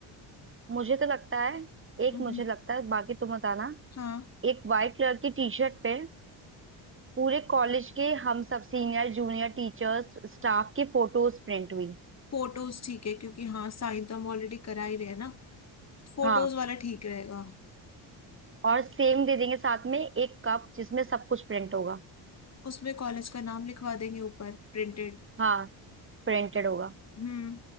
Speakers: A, on the right; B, on the left.
A: मुझे तो लगता है एक
B: हम्म,
A: मुझे लगता है बाकी तुम बताना
B: हाँ
A: एक वाइट कलर की टी शर्ट पे पूरे कॉलेज के हम सब सीनियर जूनियर टीचर्स स्टाफ की फोटोज प्रिंट हुई
B: फोटोज ठीक है क्योंकि हाँ साइन तो हम ऑलरेडी करा ही रहे हैं ना फोटोज
A: हाँ
B: वाला ठीक रहेगा
A: और सेम दे देंगे साथ में एक कप जिसमें सब कुछ प्रिंट होगा
B: उसमें कॉलेज का नाम लिखवा देंगे ऊपर प्रिंटेड
A: हाँ प्रिंटेड होगा
B: हम्म